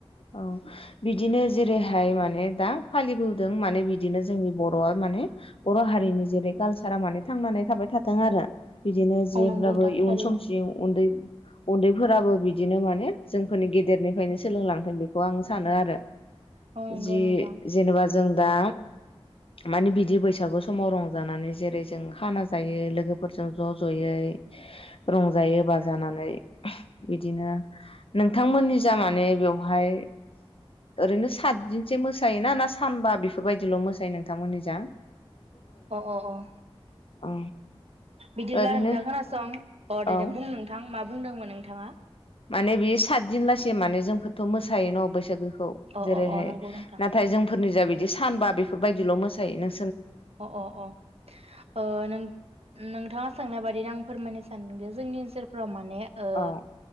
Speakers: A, on the left; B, on the right.
A: औ बिदिनो जेरैहाय माने दा फालिबोदों माने बिदिनो जोंनि बर'आ माने बर' हारिनि जेरै कालसारा माने थांनानै थाबाय थाथों आरो बिदिनो जेब्लाबो
B: औ नंगौ नोंथां
A: इयुन
B: थारैनो
A: समसिम उन्दै उन्दैफोराबो बिदिनो माने जोंफोरनि गेदेरनिफ्रायनो। सोलोंलांथों बेखौ आं सानो आरो।
B: औ नंगौ
A: जि
B: नोंथां
A: जेनोबा जों दा माने बिदि बैसागु समाव रंजानानै जेरै जों खाना जायो लोगोफोरजों ज जयै रंजायै बाजानानै बिदिनो नोंथांमोननि जा माने बेवहाय ओरैनो सातदिनसो मोसायोना ना सानबा बेफोरबायदिल मोसायो नोंथांमोननिजों?
B: अ अ अ उम
A: औ
B: बिदिब्ला
A: ओरैनो
B: नोंथां खोनासं अ दे
A: औ
B: दे बुं नोंथां माब बुंदोंमोन नोंथाङा
A: माने बे साद दिन लासे माने जोंफोरथ' मोसायो न' बैसागोखो, ओ
B: अ
A: जेरैहाय
B: अ अ नंगौ नोंथां
A: नाथाय जोंफोरनि जाबिद बिदि सानबा बेफोरबायदिल मोसायो नों
B: अ -अ- अ, ओ नों-नोंथांङा सोंनाय बादिनो आं फोरमायनो सानदों दि जोंनि ओनसोलफ्राव मा माने ओ
A: औ